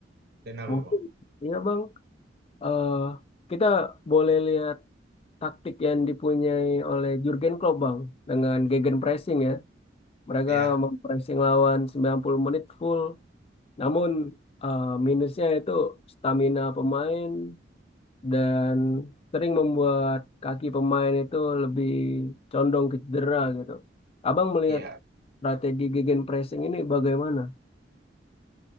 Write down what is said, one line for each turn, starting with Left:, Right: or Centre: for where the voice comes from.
Right: dan apa,
Left: mungkin
Right: Bang?
Left: ya bang, eh kita boleh lihat taktik yang dipunyai oleh Jurgen Klopp Bang dengan gegenpressing ya. Mereka
Right: Ya,
Left: mempressing lawan 90 menit full. Namun eh, minusnya itu stamina pemain dan sering membuat kaki pemain itu lebih condong ke cedera gitu. Abang melihat
Right: ya.
Left: strategi gegenpressing ini bagaimana?